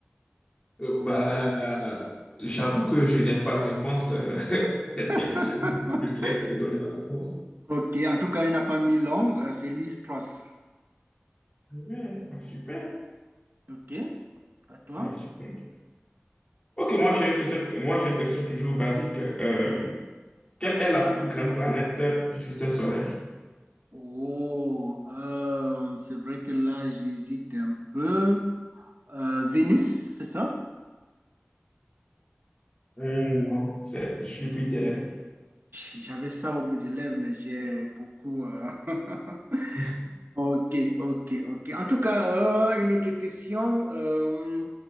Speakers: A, on the left (about 25°); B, on the right (about 55°).
A: Euh, bah, j'avoue que je n'ai pas la réponse euh, <laughs> à cette
B: <laughs>
A: question. Du coup, je te laisse me donner la réponse.
B: Ok, en tout cas, elle n'a pas mis long. euh, c'est Liz Truss.
A: Ouais, bah, super.
B: Ok, à toi.
A: Bah, super. Ok, moi j'ai une question, moi j'ai une question toujours basique. Euh, quelle est la plus grande planète du système solaire?
B: Oh, euh, c'est vrai que là, j'hésite un peu. Euh, Vénus, c'est ça?
A: Hmm, non, c'est Jupiter.
B: J'avais ça au bout des lèvres, mais j'ai beaucoup. euh, <laughs>
A: <laughs>
B: Ok, ok, ok. En tout cas, euh, une autre question euh,